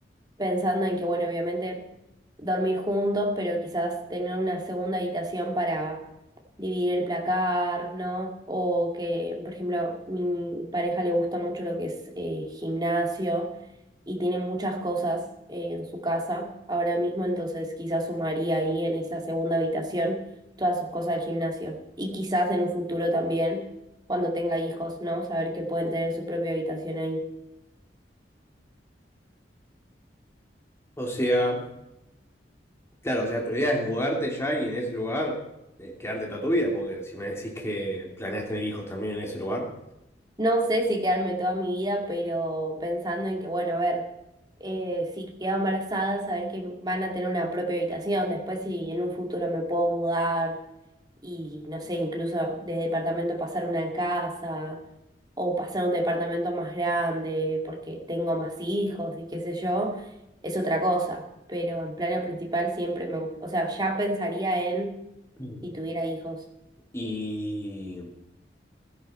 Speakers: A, on the right (about 25°); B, on the left (about 15°).
A: pensando en que, bueno, obviamente dormir juntos, pero quizás tener una segunda habitación para dividir el placar, ¿no? O que, por ejemplo, mi pareja le gusta mucho lo que es eh, gimnasio y tiene muchas cosas eh, en su casa ahora mismo, entonces quizás sumaría ahí en esa segunda habitación todas sus cosas del gimnasio. Y quizás en un futuro también, cuando tenga hijos, ¿no? Saber que pueden tener su propia habitación ahí.
B: O sea, Claro, o sea, tu idea es mudarte ya y en ese lugar eh, quedarte toda tu vida, porque si me decís que planeas tener hijos también en ese lugar.
A: No sé si quedarme toda mi vida, pero pensando en que, bueno, a ver, eh, si quedo embarazada, saber que van a tener una propia habitación, después si en un futuro me puedo mudar y no sé, incluso de departamento pasar a una casa o pasar a un departamento más grande porque tengo más hijos y qué sé yo, es otra cosa. Pero en plano principal siempre me, gu- o sea, ya pensaría en
B: Mm.
A: si tuviera hijos.
B: Y